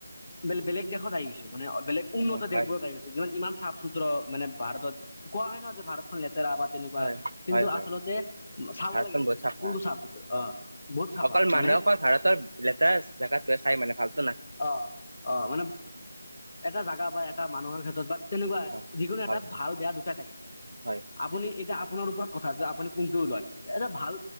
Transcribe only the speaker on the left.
বেলে-বেলেগ দেশত আহি গৈছো, মানে বেলেগ উন্নত
দেশবোৰত আহিছো। ইমান চাফ-চুতুৰা হওঁক, মানে ভাৰতত কোৱা হয় ন, যে ভাৰতখন লেতেৰা। তেনেকুৱা
কিন্তু
আচলতে চাব
লাগে
যে,
কোনটো চাফ-চুতুৰা। অ'। বহুত চাফা
মানে
অ', অ', মানে এটা জেগা, বা এটা মানুহৰ ক্ষেত্ৰত, বা তেনেকুৱা
যিকোনো
এটাত
ভাল-বেয়া দুটাই থাকে।
আপুনি এতিয়া আপোনাৰ ওপৰত কথা যে, আপুনি কোনটো লয়। এটা ভাল